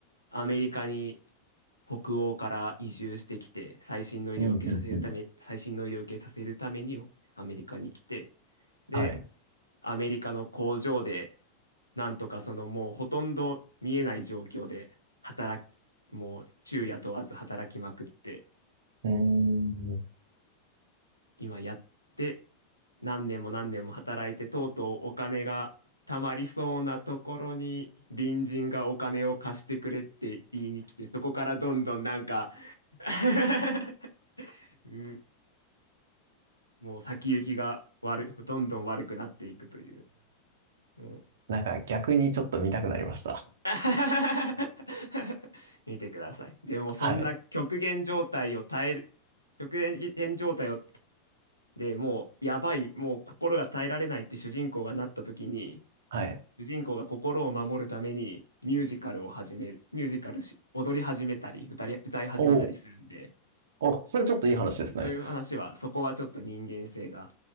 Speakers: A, on the left (about 80°); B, on the right (about 60°).
A: アメリカに北欧から移住してきて、最新の医療を受けさせるため、
B: うん、うん、うん。
A: 最新の医療を受けさせるためにアメリカに来て、で、
B: はい。
A: アメリカの工場で、なんとかそのもうほとんど見えない状況で働き、もう昼夜問わず働きまくって、
B: うーん。
A: 今やって何年も何年も働いてとうとうお金が貯まりそうなところに隣人がお金を貸してくれって言いに来てそこからどんどんなんか <laughs> うんもう先行きが悪どんどん悪くなっていくというもう
B: なんか逆にちょっと見たくなりました。
A: <laughs> 見てくださいでもそんな極限状態を耐える極限状態を
B: はい。
A: でもうやばいもう心が耐えられないって主人公がなった時に
B: はい。
A: 主人公が心を守るためにミュージカルを始める、ミュージカルし、踊り始めたり、歌り、歌い始めたりするんで、
B: おお、お、それちょっといい話ですね。
A: そういう話は、そこはちょっと人間性が、